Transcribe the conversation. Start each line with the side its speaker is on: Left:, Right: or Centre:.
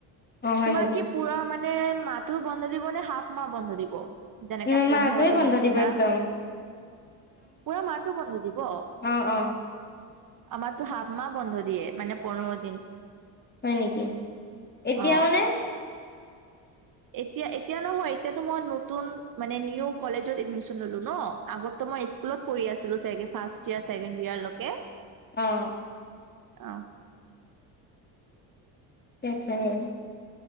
Left: অ হয়
Right: তোমাৰ
Left: নেকি
Right: কি পুৰা মানে মাহটো বন্ধ দিব নে হাফ মাহ বন্ধ দিব? যেনেকে
Left: উম
Right: পোন্ধৰ
Left: মাহটোৱে
Right: দিন
Left: বন্ধ
Right: নিচিনা।
Left: দিব একদম
Right: পুৰা মাহটো বন্ধ দিব।
Left: অ অ
Right: আমাৰটো হাফ মাহ বন্ধ দিয়ে মানে পোন্ধৰ দিন।
Left: হয় নিকি। এতিয়াও
Right: অ
Left: নে?
Right: এতিয়া এতিয়া নহয় এতিয়াটো মই নতুন মানে নিউ কলেজত এডমিশন ল'লো ন। আগতটো মই স্কুলত পঢ়ি আছিলোঁ চাগে ফাৰ্ষ্ট ইয়েৰ, ছেকেণ্ড ইয়েৰলৈকে।
Left: অঁ।
Right: অঁ
Left: <unintelligible>